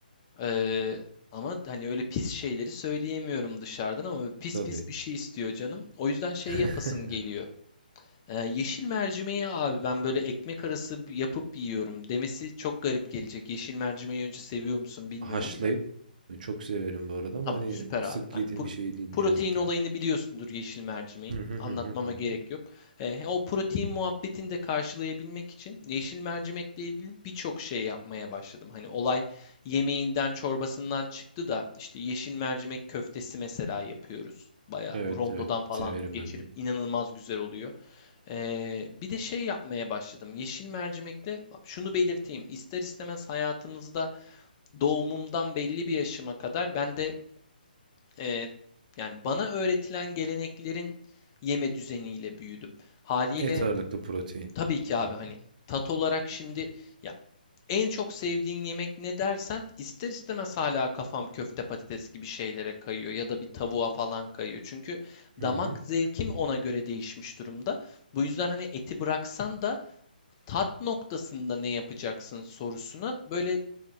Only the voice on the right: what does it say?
Tabii.
<laughs>
Haşlayıp
e, çok severim bu arada ama
hani
sık
yediğim
bir şey değil
ne yazık ki.
Hı hı hı
hı hı hı.
Evet
evet
severim
ben de.
Et ağırlıklı protein.
Hı hı.
Hı
hı.